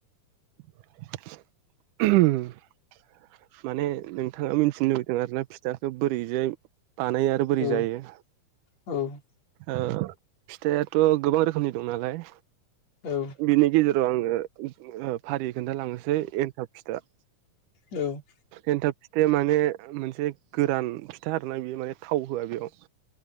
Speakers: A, on the right (about 85°); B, on the left (about 60°).
A: <inaudible> माने नोंथाङा मिथिनो लुबैदों आरोना फिथाखौ बोरैजाय बानायो बोरै
B: औ
A: जायो
B: औ
A: ओ फिथायाथ' गोबां रोखोमनि दं नालाय
B: औ
A: बेनि गेजेर राव आङो ओ फारि खोन्थालांनोसै एन्थाब फिथा
B: औ
A: एन्थाब फिथाया माने मोनसे गोरान फिथा आरोना बेयो माने थाव होआ बेयाव।